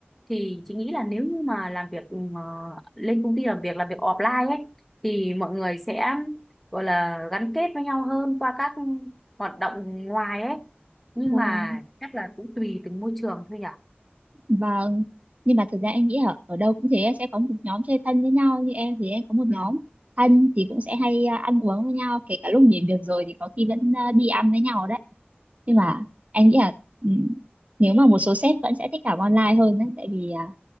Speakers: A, in the centre; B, on the right (about 35°).
A: thì chị nghĩ là nếu như mà làm việc ừ, mà lên công ty làm việc làm việc offline ấy thì mọi người sẽ gọi là gắn kết với nhau hơn qua các hoạt động ngoài ấy nhưng
B: và
A: mà chắc là cũng tùy từng môi trường thôi nhỉ
B: Vâng, nhưng mà thực ra em nghĩ ở, ở đâu cũng thế sẽ có một nhóm chơi thân với nhau như em thì em có một
A: ừ
B: nhóm thân thì cũng sẽ hay à, ăn uống với nhau kể cả lúc nghỉ việc rồi thì có khi vẫn à, đi ăn với nhau đấy nhưng mà em nghĩ là ừm, nếu mà một số sếp vẫn sẽ thích làm online hơn đấy tại vì à,